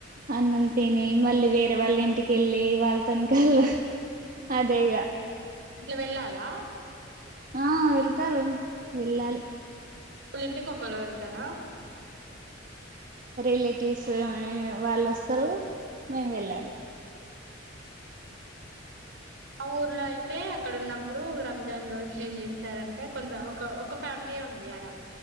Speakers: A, on the right; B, on the right.
A: అన్నం తిని మళ్ళీ వేరే వాళ్ళ ఇంటికి వెళ్ళి ఇ వాల్తోన్ కల్ అదే ఇగ
B: అట్లా వెళ్ళాలా
A: ఆ వెళ్తారు వెళ్ళాలి
B: ఇప్పులు ఇంటికిళ వెళ్తారా
A: ఉ రిలేటివ్స్ వాళ్ళు వస్తారు మేము వెళ్ళాలి
B: ఆ ఊర్లో అయితే అక్కడ ఉన్నప్పుడు రంజాన్ రోజు ఏం చేస్తారంటే కొంత ఒక ఒక ఫ్యామిలీ లీ ఉంది ఆడ